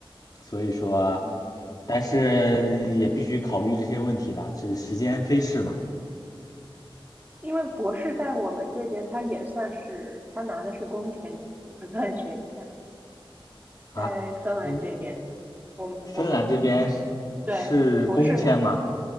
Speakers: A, on the left (about 40°); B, on the right (about 20°).
A: 所以说，
B: 嗯，
A: 但是也必须考虑这些问题了，这时间飞逝嘛。
B: 因为博士在我们这边，他也算是他拿的是工钱，其实不算学钱。
A: 啊，
B: 在芬兰这边，
A: 嗯，
B: 我们我们
A: 芬兰这边是是公签吗？
B: 对博士他